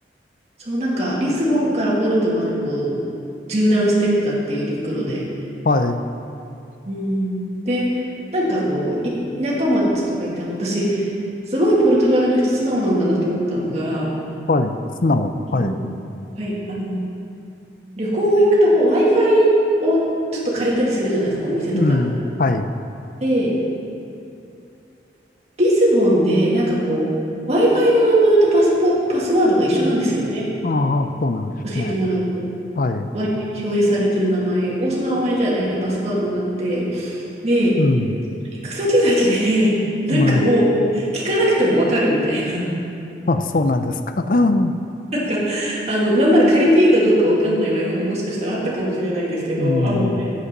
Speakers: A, on the right; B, on the left.
A: そう、なんかリスボンからポルトまでこう、縦断してったっていう陸路で。
B: はい、
A: うん。で、なんかこう、い田舎町とか行って、あの、私、すごいポルトガルの人素直なんだなと思ったのが、
B: はい、素直、
A: あの、
B: はい。
A: はい、あの、旅行行くとこう、Wi-Fi をちょっと借りたりするじゃないですか、お店とかの。
B: うん、はい。
A: で、リスボンで、なんかこう、Wi-Fi の名前とパスポ、パスワードが一緒なんですよね。
B: ああ、そうなんですね。
A: 教えてもらうと。Wi-Fi に
B: はい。
A: 表示されてる名前をそのまま入れたら大体パスワードになって、で、行
B: うん、
A: く先々で、<laughs> なんかもう、
B: ね、
A: 聞かなくてもわかるみたいな。<laughs>
B: あ、そうなんですか。<laughs>
A: なんか、あの、なんなら借りていいかどうかわかんない Wi-Fi ももしかしたらあったかもしれないんですけど、
B: うん、
A: あ、もうこれ、
B: う